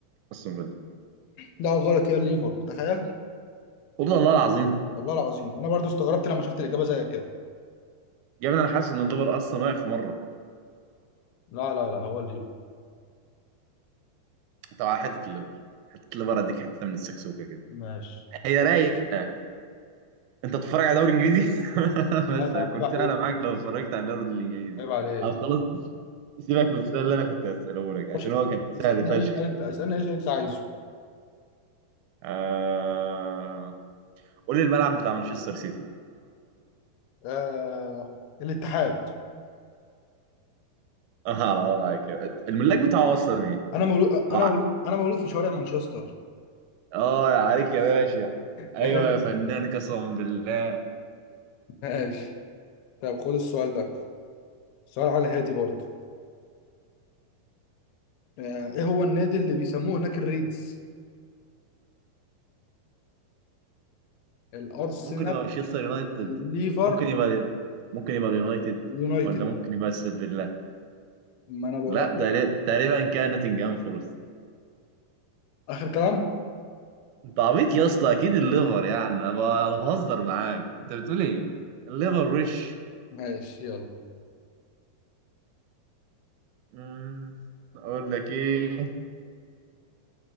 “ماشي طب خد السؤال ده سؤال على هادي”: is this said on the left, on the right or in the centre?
Left